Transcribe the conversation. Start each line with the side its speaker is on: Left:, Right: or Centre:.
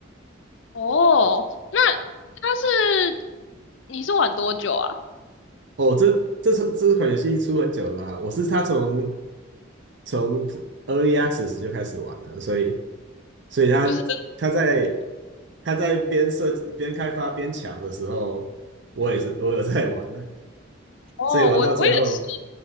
Left: 哦，那它是你是玩多久啊？
Right: 哦，这这这款游戏出很久了吧？我是他从从 Early Access 就开始玩了，所以所以他他在
Left: 就是
Right: 他在边设计边开发边抢的时候，我也是我有在玩的，
Left: 哦，
Right: 所以玩到最后
Left: 我我也是，